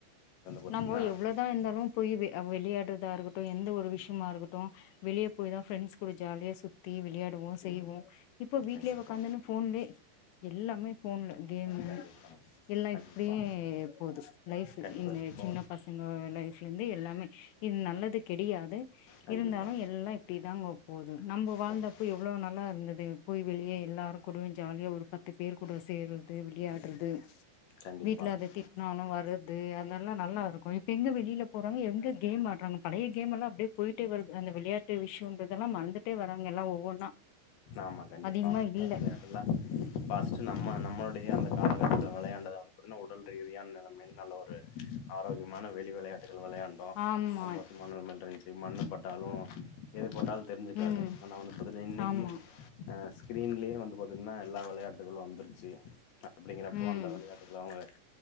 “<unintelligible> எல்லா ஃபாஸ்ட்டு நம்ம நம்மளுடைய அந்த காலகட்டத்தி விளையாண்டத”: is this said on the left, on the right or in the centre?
Left